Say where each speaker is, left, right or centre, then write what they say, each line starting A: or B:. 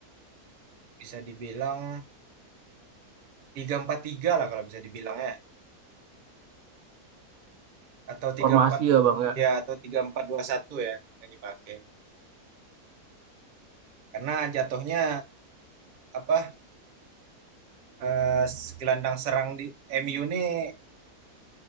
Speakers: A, on the right; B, on the right.
A: bisa dibilang tiga empat tiga lah kalau bisa dibilang ya, atau tiga
B: Formasi
A: empat,
B: ya Bang ya?
A: ya, atau tiga empat dua satu ya yang dipakai. Karena jatuhnya apa eh, gelandang serang di MU nih